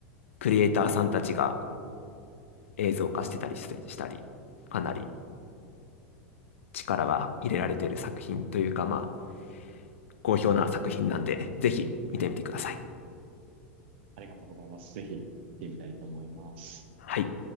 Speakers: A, on the left; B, on the right.
A: クリエイターさんたちが映像化してたりしてしたり、かなり力が入れられてる作品というか、まあ、好評な作品なんで、ぜひ見てみてください。
B: <laughs> ありがとうございます。ぜひ、見てみたいと思います。
A: はい。